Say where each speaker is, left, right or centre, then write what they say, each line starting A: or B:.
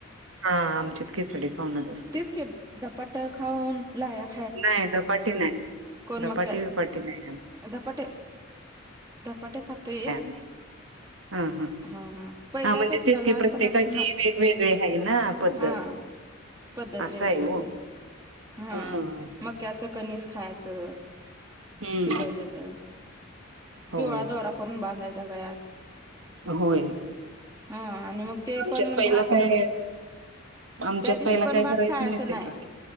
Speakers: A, on the right; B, on the right.
A: हा, आमच्यात खिचडी खाऊनच असतय.
B: तेच की, धपाटा खाऊन लाह्या -
A: नाय धपाटे नाय, धपाटे
B: मक्या
A: बीपाटे नाही काय?
B: धपाटे, धपाटे खातोय?
A: हं, हं.
B: हा पहिल्यापासन
A: हा, म्हणजे तेच
B: लहानपणापासन
A: की, प्रत्येकाची वेगवेगळी आहे ना पद्धत.
B: हा पद्धत
A: असं
B: वेगळी वेेगळी
A: हो
B: आहे. हा,
A: हम्म
B: मक्याचं कनिस खायचं
A: हम्म
B: शिजवलेलं.
A: होय
B: पिवळा दोरा करून बांधायचा गळ्यात
A: होय.
B: हा आणि मग ते
A: आमच्यात
B: पण
A: पहिला
B: भात
A: काय आमच्यात
B: त्या दिवशी
A: पहिला
B: पण
A: काय
B: भात
A: करायचं
B: खायचं
A: माहितय
B: नाही
A: का?